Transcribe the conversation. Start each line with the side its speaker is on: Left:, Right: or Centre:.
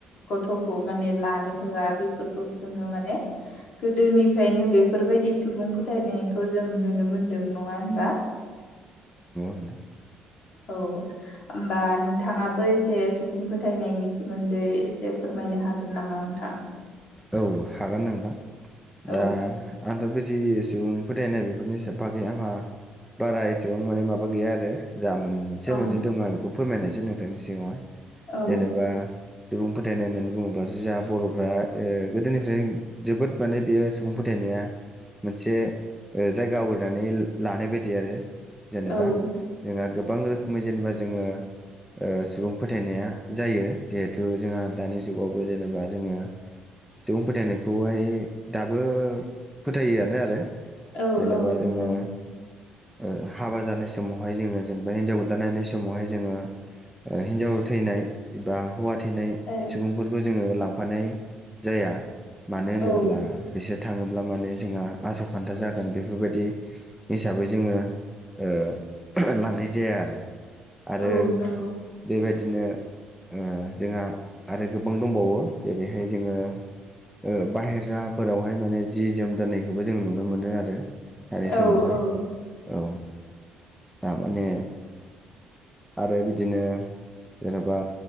Left: गथ'खौ माने लानो होआ बेफोरखौ जोंङो माने गोदोनिफ्रायनो बेफोरबायदि सुबुं फोथायनायखौ जों नुनो मोनदों नङा होनबा
Centre: नोंथां
Left: औ ओमबा नोंथाङाबो एसे सुबुं फोथायनायनि सोमोन्दै एसे फोरमायनो हागोन नामा नोंथां।
Centre: औ हागोन नोंदां दा
Left: औ
Centre: आंथ' बिदि सुबुं फोथायनाय बेफोरनि सा बागै आंहा बारा एसेबां माने माबा गैया आरो जा मोनसे
Left: औ
Centre: मोननै दङ आं बेखौ फोरमायनायसै नोंथांनि सिगावहाय
Left: औ
Centre: जेनेबा सुबुं फोथायनाय होननानै बुङोब्लासो जोंहा बर'फ्रा ओ गोदोनिफ्राय जोबोद माने बेयो सुबुं फोथायनाया मोनसे ओ जायगा आवग्रिनानै ला-लानाय बायदि आरो जेनेबा
Left: औ
Centre: जोंङो गोबां रोखोमै जेनेबा जोंङो ओ सुबुं फोथायनाया जायो। जिहेथु जोंहा दानि जुगावबो जेनेबा जोंङो सुबुं फोथायनायखौहाय दाबो फोथायोआनो आरो
Left: औ
Centre: जेनेबा
Left: औ नंगौ
Centre: जोंङो ओ हाबा जानाय समावहाय जोंङो जेनेबा हिन्जाव गोदान नायनाय समावहाय जोंङो ओ हिन्जाव थैनाय बा हौवा थैनाय
Left: औ
Centre: सुबुंफोरखौ जोंङो लांफानाय जाया मानो होनोब्ला
Left: औ
Centre: बिसोर थाङोब्ला माने जोंहा आसखान्दा जागोन बेफोरबायदि हिसाबै जोङो ओ ओहो लांनाय जाया आरो आरो
Left: औ नंगौ
Centre: बेबायदिनो ओ जोंहा आरो गोबां दंबावो जेरैहाय जोङो ओ बाहेराफोरावहाय माने जि जोम दोनायखौबो जों नुनो मोनो आरो आरे समावहाय
Left: औ औ
Centre: औ दामाने आरो बिदिनो जेनबा